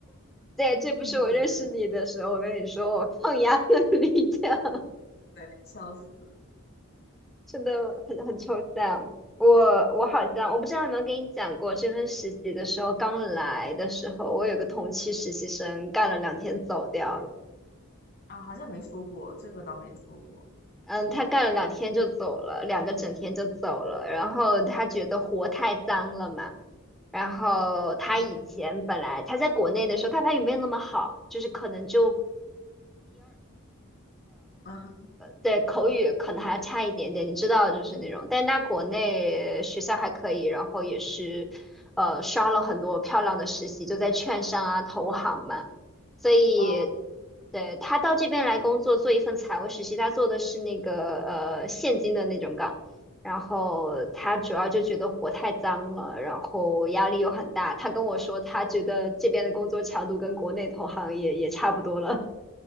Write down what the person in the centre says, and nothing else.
对，这不是我认识你的时候，
我跟你说我 <laughs> 抗压的 <laughs> 理强。
真的很很抽象。我我好像我不知道有没有跟你讲过，这份实习的时候刚来的时候，我有个同期实习生干了两天走掉了。
嗯，他干了两天就走了，两个整天就走了。然后他觉得活太脏了嘛。然后他以前本来他在国内的时候，
他法语没有那么好，就是可能就
呃，对口语可能还差一点点，你知道就是那种，但他国内学校还可以，然后也是，呃，刷了很多漂亮的实习，就在券商啊、投行嘛，所以，
对，他到这边来工作，做一份财务实习，他做的是那个呃现金的那种岗，然后他主要就觉得活太脏了，然后压力又很大，他跟我说他觉得这边的工作强度跟国内投行也也差不多了，